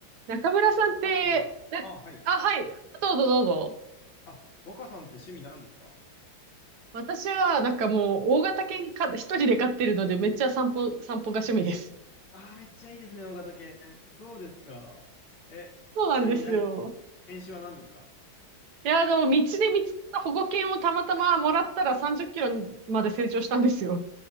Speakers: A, on the right; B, on the left.
A: 中村さんって、
B: 若さんは、
A: なあ、
B: あ、はい。
A: はい。どうぞどうぞ。
B: あ、若さんって趣味なんですか
A: 私は、なんかもう、大型犬か、一人で飼ってるので、めっちゃ散歩、散歩が趣味です。
B: ああー、めっちゃいいですね、大型犬。そうですか。え、
A: そうなんですよ。
B: ちなみになん、犬種は何ですか
A: いや、あの、道で見つけた保護犬をたまたまもらったら30キロまで成長したんですよ。